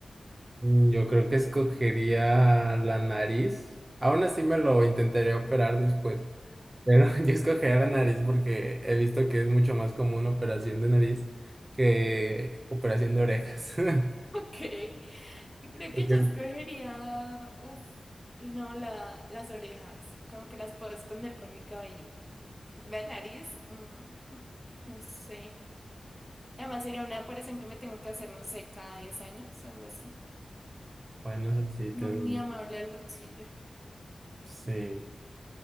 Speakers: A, on the right; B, in the centre.
A: Mm, Yo creo que escogería la nariz. Aún así me lo intentaría operar después. Pero <laughs> yo escogería la nariz porque he visto que es mucho más común operación de nariz que operación de orejas. <laughs>
B: Ok, yo creo
A: Porque
B: que yo
A: es-
B: escogería, uff, no, la, las orejas, como que las puedo esconder con mi cabello. La nariz, mm, no sé. Además sería una operación que me tengo que hacer, no sé, cada 10 años, algo así.
A: bueno, eso sí,
B: No
A: te-
B: muy
A: doy-
B: amable al bolsillo.
A: sí.